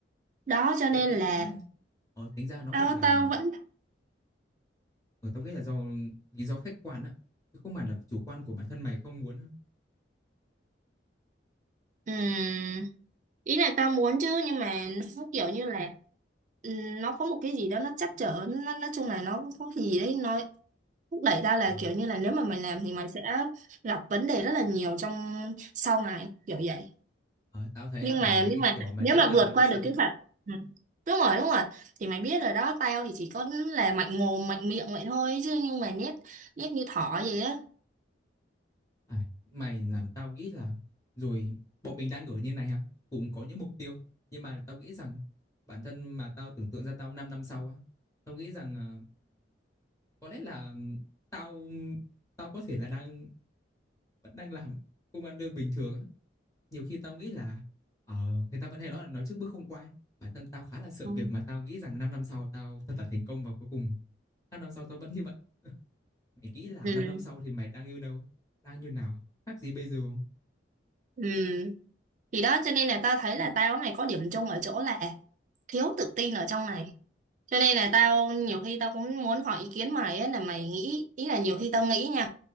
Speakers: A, on the right; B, on the left.
A: đó cho
B: Ê
A: nên
B: tế
A: là
B: ờ, tính ra nó
A: tao
B: gọi là
A: tao vẫn
B: ở tao nghĩ là do lý do khách quan á, chứ không hẳn là chủ quan của bản thân mày không muốn.
A: Ừm, ý là tao muốn chứ nhưng mà nó kiểu như là ừm, nó có một cái gì đó nó trắc trở nó nói chung là nó có cái gì đấy nó thúc đẩy tao là
B: Ờ,
A: kiểu như là nếu mà mày làm thì mày sẽ gặp vấn đề rất là nhiều trong sau này kiểu vậy
B: ờ, tao thấy
A: nhưng
B: là mày
A: mà
B: là
A: nhưng
B: cái
A: mà
B: kiểu mà
A: nếu
B: chưa
A: mà
B: làm
A: vượt
B: mà đã
A: qua
B: sợ
A: được cái phạt ừ. đúng rồi đúng rồi thì mày biết rồi đó tao thì chỉ có là mạnh mồm mạnh miệng vậy thôi chứ nhưng mà nhét nhét như thỏ vậy á
B: À, mày làm tao nghĩ là rồi bọn mình đang ở như này ha, cùng có những mục tiêu, nhưng mà tao nghĩ rằng bản thân mà tao tưởng tượng ra tao 5 năm sau á, tao nghĩ rằng ờ, có lẽ là tao tao có thể là đang vẫn đang làm công ăn lương bình thường á. Nhiều khi tao nghĩ là ờ, người ta vẫn hay nói là nói trước bước không qua. Bản thân tao khá là sợ
A: Ừ.
B: việc mà tao nghĩ rằng 5 năm sau tao thật là thành công và cuối cùng 5 năm sau tao vẫn như vậy. Mày nghĩ là
A: ừ.
B: 5 năm sau thì mày đang như đâu? Đang như nào? Khác gì bây giờ không?
A: Ừ. Thì đó cho nên là tao thấy là tao này có điểm chung ở chỗ là thiếu tự tin ở trong này. Cho nên là tao nhiều khi tao cũng muốn hỏi ý kiến mày ấy là mày nghĩ ý là nhiều khi tao nghĩ nha